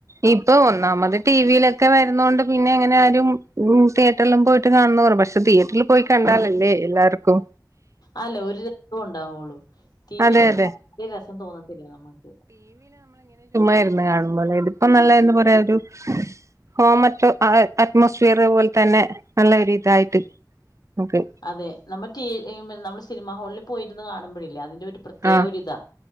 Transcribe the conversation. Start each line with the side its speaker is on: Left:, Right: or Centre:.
Right: ഇപ്പൊ ഒന്നാമത് ടി വിയിലെ ഒക്കെ വരുന്ന കൊണ്ട് പിന്നെ എങ്ങനെ ആരും തിയേറ്ററിലും പോയിട്ട് കാണുന്ന പറു പക്ഷെ തിയേറ്ററിൽ പോയി കണ്ടാലല്ലേ എല്ലാവർക്കും
Left: അല്ല ഒരു രസം ഉണ്ടാവുള്ളു ടിവിൽ
Right: അതെ അതെ
Left: വരെ രസം തോന്നത്തില്ല നമ്മുക്ക്
Right: കാണുമ്പോൾ ഇതിപ്പോ നല്ല എന്ന് പറയാ ഒരു ഹോമറ്റോ അറ്റ്മോസ്ഫിയർ പോലെ തന്നെ നല്ല ഇതായിട്ട് ഓക്കെ
Left: അതെ നമ്മറ്റി നമ്മൾ സിനിമാ ഹാളിൽ പോയിരുന്നു കാണുമ്പഴില്ല അതിന്റെ ഒരു പ്രത്യേകരിതാ
Right: ആഹ്